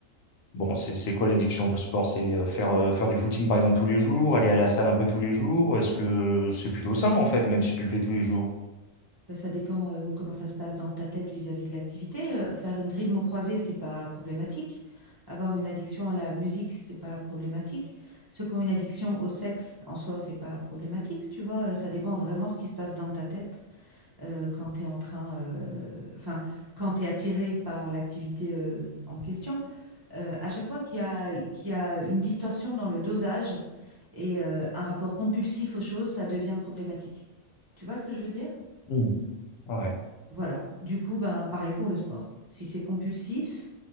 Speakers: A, on the left; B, on the right.
A: bon, c'est, c'est quoi l'addiction au sport? C'est euh, faire, euh, faire du footing, par exemple, tous les jours, aller à la salle un peu tous les jours. Est-ce que c'est plutôt sain, en fait, même si tu le fais tous les jours?
B: Bah, ça dépend, heu, comment ça se passe dans ta tête vis-à-vis de l'activité, heu, faire une grille de mots croisés, c'est pas problématique. Avoir une addiction à la musique, c'est pas problématique. Ceux qui ont une addiction au sexe, en soi, c'est pas problématique, tu vois? Heu, ça dépend vraiment ce qui se passe dans ta tête, heu, quand tu es en train, heu, enfin, quand tu es attiré par l'activité, heu, en question. Heu, à chaque fois qu'il y a qu'il y a une distorsion dans le dosage et heu, un rapport compulsif aux choses, ça devient problématique. Tu vois ce que je veux dire?
A: Mhm. Ouais.
B: Voilà. Du coup, ben, pareil pour le sport. Si c'est compulsif,